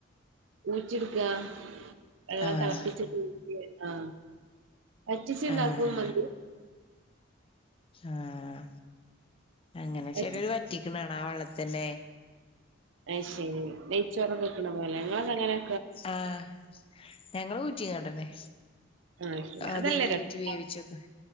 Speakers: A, on the right (about 70°); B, on the left (about 30°).
A: ഊറ്റിട്ക്കാ വെള്ളം
B: ആഹ്
A: തിളപ്പിച്ചിട്ട് ഊറ്റി ആഹ് വറ്റിച്ച്ണ്ടാക്കുമ്മന്തി
B: ആഹ് ആഹ് അങ്ങനെ
A: വറ്റി
B: ചെലോല് വറ്റിക്ക്ണ് കാണാ ആ വെള്ളത്തന്നെ.
A: അയ്ശരി നെയ്ച്ചോറൊക്കെ വെക്കണപോലെ ങ്ങ്ളൊക്കങ്ങനെ
B: ആഹ് ഞങ്ങള് ഊറ്റിങ്ങാണ്ടന്നെ
A: ആഹ് ശരി
B: ആദ്യരി
A: അതല്ലേ രസം
B: ഊറ്റി വേവിച്ച് വെക്ക